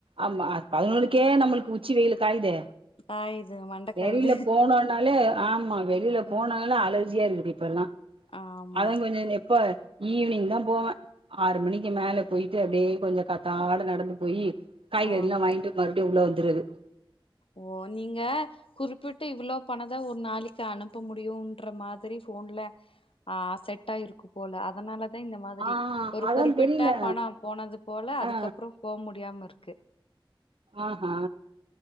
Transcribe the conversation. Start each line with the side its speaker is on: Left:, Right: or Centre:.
Right: ஆமா பதினொன்னுக்கு நம்மளுக்கு உச்சி வெயில் காயுதே
Left: அ இது மண்ட காயுது
Right: வெளியில போனோனாலே ஆமா வெளியில
Left: ம்
Right: போனாலே அல ர்ஜியா இருக்குது இப்பெல்லா
Left: ஆமா
Right: அதா கொஞ்சோ இங்க எப்போ ஈவினிங் தா போவே ஆறு மணிக்கு மேல போயிட்டு அப்டே கொஞ்சோ காத்தால நடந்து போயி காய்கறில்லா
Left: ஆமா
Right: வாங்கிட்டு மறுபடியு உள்ள வந் <unintelligible>
Left: ஓ நீங்க குறிப்பிட்டு இவ்ளோ பணதா ஒரு நாளைக்கு அனுப்ப முடியும்ன்ற மாதிரி போன்ல ஆஹ் செட் ட்டாயிருக்குப்போல அதனாலதா இந்த மாதிரி
Right: ஆ
Left: ஒரு
Right: அதா
Left: குறிப்பிட்டா
Right: தெரியல
Left: பணோ போனது போல அதுக்கப்புறோ
Right: ஆ
Left: போக முடியாம இருக்கு க்கு
Right: அஹா